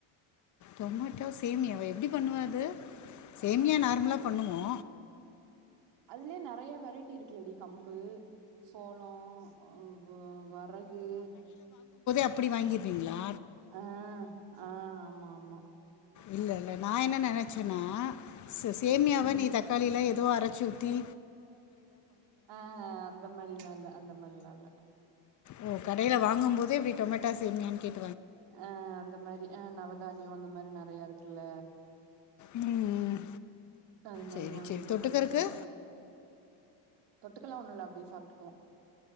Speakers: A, on the left; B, on the right.
A: டொமாட்டோ சேமியாவா எப்டி பண்ணுவ அது சேமியா நார்மலா பண்ணுவோ
B: அதுலயெ நெறையா வெரைட் ட்டி இருக்குலடி கம்பு சோளோ அ வ்வ வரகு
A: அப்டி வாங்கிர்விங்ளா
B: ஆஹ் ஆஹ் ஆமா ஆமா
A: இல்லல நா என்ன நெனச்சனா
B: ம்
A: ச சேமியாவ
B: ம்
A: நீ தக்காளியில ஏதோ அரச் சூத்தி
B: ஆஹ் அந்த மாரில்லா இல்ல அந்த மாரில்லா இல்ல
A: ஓ கடையில வாங்கும் போதே இப்டி டொமேட்டா சேமியான்னு கேட்
B: அஹ் அந்த மாரி அஹ் நவதானியொ அந்த மாதிரி நெறையா இருக்குல்ல
A: ம்
B: அது மாரி
A: சரி
B: வாங்கி
A: சரி தொட்டுக்கறக்கு
B: பண்ணிர வேண்டிதா தொட்டுக்கலா ஒண்ணுல்ல அப்டியே சாப்டுக்குவோ